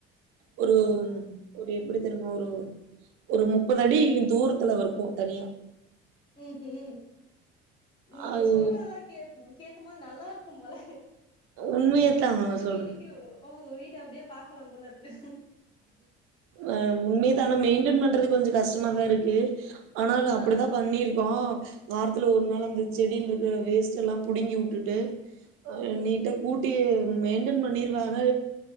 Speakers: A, on the right; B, on the left.
A: ஒரு
B: அப்டியா
A: ஒரு எப்டி தெரியுமா ஒரு ஒரு முப்பது அடி தூரத்துல வருக்கு தனியா
B: ம் ம் நீங்க
A: அது
B: சொல்றதெல்லா கேக் கேக்கும்போது நல்லா இருக் கும் போல
A: உண்மையத்தா
B: உங்க
A: சொல்றே.
B: வீட்டுக்கு உங்க வீட்ட அப்டியே பாக்கலாம் போல இருக்கு
A: ஆ
B: ம்
A: உண்மை தான மெயின்டென் பண்றது கொஞ்சோ கஷ்டமாதா இருக்கு ஆனாலு அப்டித்தா
B: ஆ
A: பண்ணிருக்கோ வாரத்துல ஒரு நாள் அந்த செடில இருக்குற வேஸ்ட்டெல்லா புடுங்கி உட்டுட்டு ஆ
B: ம்
A: நீட்டா
B: ம்
A: கூட் டி மெய்ன்டென் பண்ணிர்வே ஆனா